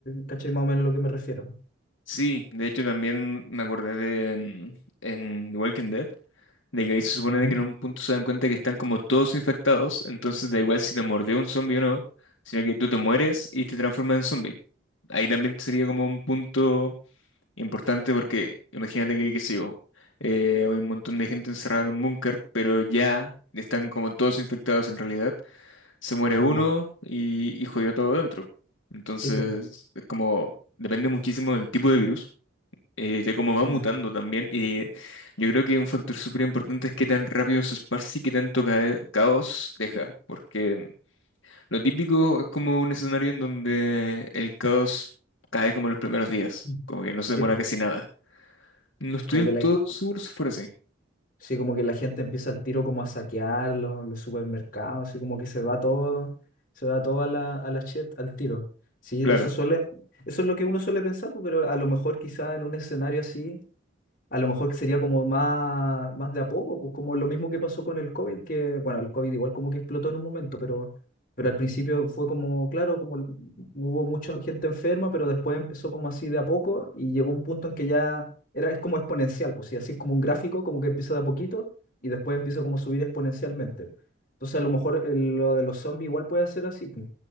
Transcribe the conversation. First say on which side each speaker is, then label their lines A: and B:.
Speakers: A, on the left; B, on the left.
A: cacháis más o menos a lo que me refiero.
B: Sí, de hecho también me acordé de mm, en The Walking Dead, de que ahí se supone
A: Ujú.
B: de que en un punto se dan cuenta que están como todos infectados, entonces da igual si te mordió un zombie o no, sino que tú te mueres y te transformas en zombie. Ahí también sería como un punto importante porque imagínate que, qué sé yo, eh, hay un montón de gente encerrada en un búnker, pero ya están como todos infectados en realidad, se muere uno
A: Mm.
B: y, y jodió todo dentro. Entonces,
A: Sí, po.
B: es como, depende muchísimo del tipo de virus eh, de cómo va
A: Mm.
B: mutando también. Y yo creo que un factor súper importante es qué tan rápido se esparce y qué tanto ca- caos deja. Porque lo típico es como un escenario en donde el caos cae como en los primeros días,
A: Mm.
B: como que no se demora
A: Sí, po.
B: casi nada. No estoy
A: Como
B: del
A: que la,
B: todo seguro si fuera así.
A: sí, como que la gente empieza al tiro como a saquear los, los supermercados, así como que se va todo, se va todo a la, a la chet al tiro. Sí,
B: Claro,
A: eso suele, eso es lo que uno suele pensar, po, pero a lo mejor quizá en un escenario así a lo mejor sería como más, más de a poco, pues como lo mismo que pasó con el COVID, que bueno, el COVID igual como que explotó en un momento, pero, pero al principio fue como, claro, como hubo mucha gente enferma, pero después empezó como así de a poco y llegó un punto en que ya era, es como exponencial, pues sí, así es como un gráfico, como que empieza de a poquito y después empieza como a subir exponencialmente. Entonces a lo mejor eh, lo de los zombies igual puede ser así. pues.